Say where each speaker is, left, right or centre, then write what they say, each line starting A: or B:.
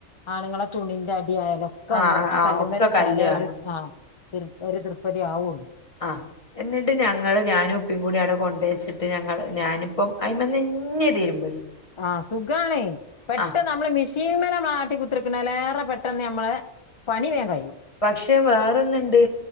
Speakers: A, on the left (about 45°); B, on the left (about 25°).
A: ആണുങ്ങളെ തുണിന്റെ അടി ആയാലോ ക്കൊന്ന്
B: ആഹ്
A: ആ
B: ആഹ്
A: കല്ല്മേലിട്ടാലേ
B: ഒക്കെ കല്ല് വേണം
A: ഒരു ആഹ് തൃ ഒരു തൃപ്പതി ആവുവൊള്ളൂ
B: ആഹ് എന്നിട്ട് ഞങ്ങള് ഞാനും പ്പും കൂടി അവിടെ കൊണ്ട വെച്ചിട്ട് ഞങ്ങൾ ഞാനിപ്പം അയ്മെ തന്നെയാ തിരുമ്പല്.
A: ആഹ് സുഖാണ് പെട്ടന്ന
B: ആഹ്
A: നമ്മള് മെഷീൻ വരെ മാട്ടി കുത്തിരിക്കുന്നണലേറെ പെട്ടെന്ന് നമ്മള് പണി വേഗം കഴിയും
B: പക്ഷെ വേറൊന്നിണ്ട്